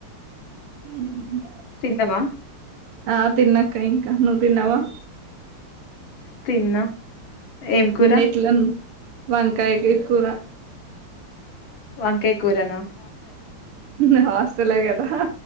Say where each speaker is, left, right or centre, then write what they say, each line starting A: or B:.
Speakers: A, on the right (about 85°); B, on the left (about 65°).
A: హు
B: తిందమా
A: ఆ తిన్నక ఇంకా నువ్వు తిన్నావా
B: తిన్నా ఏం కూర
A: ఎట్ల వాంకాయకి కూర
B: వంకయ కూరన
A: హ్మ హాస్టల్ తెలే కదా